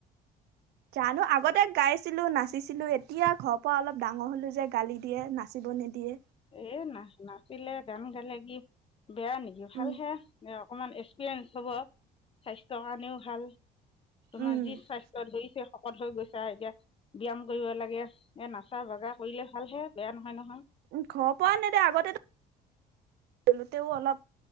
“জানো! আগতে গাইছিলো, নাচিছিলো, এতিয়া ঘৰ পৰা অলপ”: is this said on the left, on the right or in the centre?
Right